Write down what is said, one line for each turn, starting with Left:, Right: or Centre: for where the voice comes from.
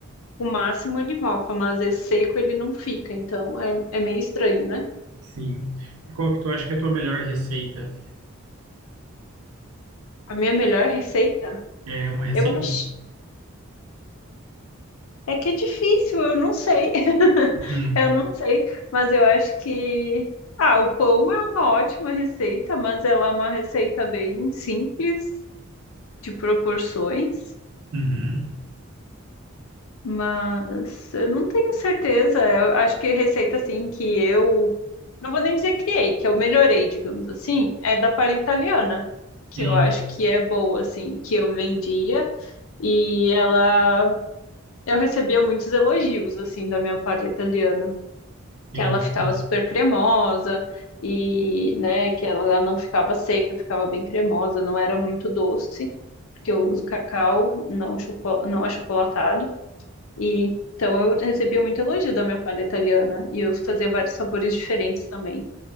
Left: o máximo ele mofa, mas é seco ele não fica, então é, é meio estranho, né?
Right: sim. E qual que tu acha que é a tua melhor receita?
Left: A minha melhor receita,
Right: É uma receita.
Left: eu acho. É que é difícil, eu não sei. <laughs>
Right: Uhum.
Left: Eu não sei, mas eu acho que. Ah, o pão é uma ótima receita, mas ela é uma receita bem simples, de proporções.
Right: Uhum.
Left: Mas eu não tenho certeza. Eu acho que receita assim que eu. Não vou nem dizer criei, que eu melhorei, digamos assim, é da palha italiana, que
Right: Sim,
Left: eu acho que é boa, assim, que eu vendia e ela. Eu recebia muitos elogios, assim, da minha palha italiana.
Right: sim.
Left: que ela ficava
Right: Uhum.
Left: super cremosa e, né, que ela não ficava seca, ficava bem cremosa, não era muito doce, porque eu uso cacau, não, choco- não achocolatado. E então eu recebia muito elogio da minha palha italiana e eu fazia vários sabores diferentes também.